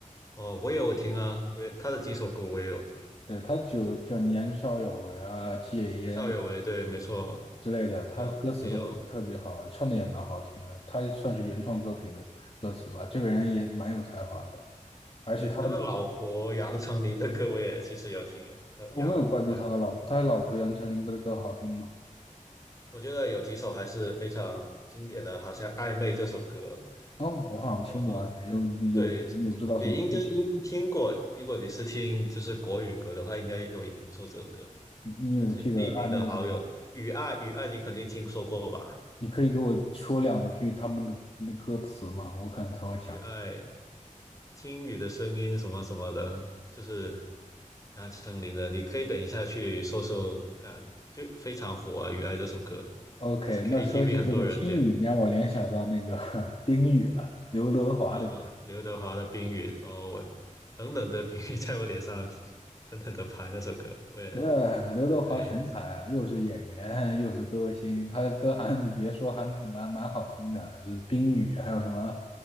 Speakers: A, on the left; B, on the left.
A: 哦，我也有听啊，因为他的几首歌我也有听。
B: 对他就叫年少有为啊，戒烟
A: 年少有为，对，没错，
B: 之类的，他歌词都写的特别好啊，
A: 有也有。
B: 唱的也蛮好听的，他算是原创歌品的歌词吧。这个人也蛮有才华的，而且他的
A: 对，他的老婆杨丞琳的歌我也其实有听诶，他杨望台哦，
B: 我没有关注他的老婆，他的老婆杨丞琳歌的歌好听吗？
A: 我觉得有几首还是非常经典的，好像《暧昧》这首歌，
B: 哦，我好像听过暧昧，
A: 哦嗯，对对，
B: 有有有知道什么具体？
A: 你应该应听过，如果你是听就是国语歌的话，应该有听说这首歌，
B: 你有记得暧昧里面，
A: 就是匿名的好友，雨爱雨爱，你肯定听说过吧？
B: 你可以给我说两句他们的那歌词吗？我可能才会想起来。
A: 雨爱听雨的声音什么什么的，就是杨丞琳的，你可以等一下去搜搜看，就非常火啊，《雨爱》这首歌，
B: OK，
A: 就是 KTV
B: 那说起这个听雨，
A: 很多人点，
B: 你让我联想到那个 <laughs> 冰雨了，刘德华的。
A: 哦，刘德华的《冰雨》，哦，我冷冷的冰雨在我脸上狠狠的拍那首歌，我也
B: 这刘德华全才啊，
A: 对，
B: 又是演员，又是歌星，他的歌还你别说，还蛮蛮好听的。呃冰雨，还有什么，